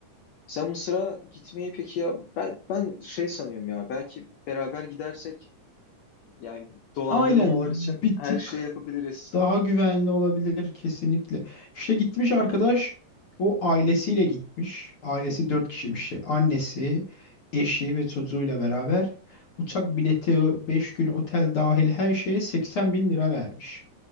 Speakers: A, on the left; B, on the left.
A: Sen Mısır'a gitmeyi peki ya ben, ben şey sanıyorum ya belki beraber gidersek yani dolandırmamalar
B: Aynen
A: için
B: bir
A: her
B: tık
A: şeyi yapabiliriz.
B: daha güvenli olabilir kesinlikle. İşte gitmiş arkadaş o ailesiyle gitmiş. Ailesi dört kişiymiş. şey, Annesi, eşi ve çocuğuyla beraber uçak bileti, 5 gün otel dahil her şeye 80 bin lira vermiş.